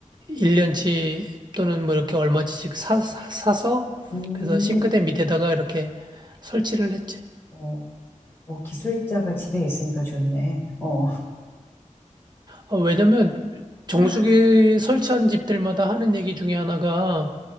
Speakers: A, on the right; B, on the left.
A: 1년치 또는 뭐 이렇게 얼마치씩 사, 사- 사서
B: 음.
A: 그래서 싱크대 밑에다가 이렇게 설치를 했지.
B: 어, 어, 기술자가 집에 있으니까 좋네. 어.
A: 어, 왜냐면 정수기
B: <laughs>
A: 설치한 집들마다 하는 얘기 중에 하나가